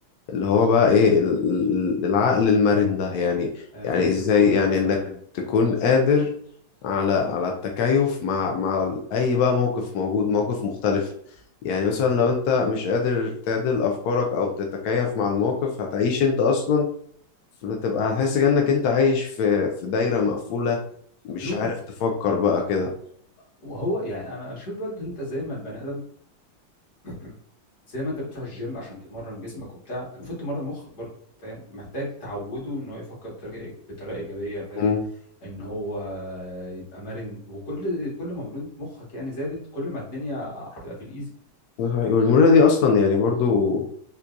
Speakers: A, on the left; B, on the left.
A: اللي هو بقى ايه ال- ال- العقل المرن ده يعني
B: آه،
A: يعني
B: فكرة
A: ازاي
B: المرونة
A: يعني
B: نفسها
A: انك
B: يعني
A: تكون قادر على على التكيف مع مع ال- اي بقى موقف موجود موقف مختلف يعني مثلا
B: امم
A: لو انت مش قادر تعدل افكارك او تتكيف مع الموقف هتعيش انت اصلا فتبقى هتحس كأنك انت عايش في في دايره مقفوله مش
B: قلوب
A: عارف تفكر بقى كده
B: وهو يعني انا اشوف برضه انت زي ما البني ادم <clears throat> زي ما انت بتروح الجيم عشان تتمرن جسمك وبتاع المفروض تمرن مخك برضه فاهم محتاج تعوده ان هو يفكر بطريقه بطريقه ايجابيه فاهم
A: امم
B: ان هو يبقى مرن وكل كل ما مرونة مخك يعني زادت كل ما الدنيا هتبقى في الايزي
A: ده حقيقي. والمرونة دي أصلا يعني برضو